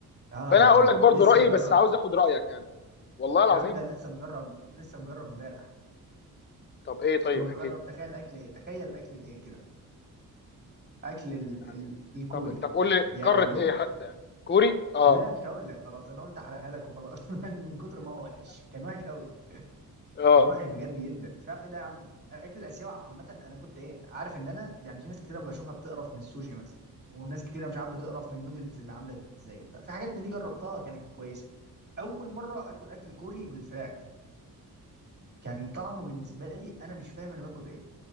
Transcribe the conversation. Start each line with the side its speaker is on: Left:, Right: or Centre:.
Right: اه
Left: فانا
Right: يا عم
Left: هقول لك برضو
Right: لسه
Left: رايي
Right: مجرب
Left: بس عاوز اخد رايك يعني والله العظيم
Right: يا عم ده لسه مجرب لسه مجرب امبارح
Left: طب ايه طيب
Right: كنت بجرب
Left: احكي لي
Right: تخيل اكل ايه تخيل الاكل الايه كده اكل ال...
Left: يعني
Right: ال... الكوري
Left: طب طب قول لي
Right: يعني
Left: قاره
Right: بص
Left: ايه حتى يعني كوري اه
Right: لا مش هقول لك خلاص انا قلت احرقها لك وخلاص <laughs> من كتر ما هو وحش كان وحش قوي
Left: اه
Right: كان وحش بجد جدا مش عارف ايه ده يا عم الاكل الاسيوي عامه انا كنت ايه عارف ان انا يعني في ناس كتيره بشوفها بتقرف من السوشي مثلا وناس كتيره مش عارف بتقرف من النودلز اللي عامله ازاي وبتاع في حاجات من دي جربتها كانت كويسه اول مره اكل اكل كوري بالفراخ كان طعمه بالنسبه لي انا مش فاهم انا باكل ايه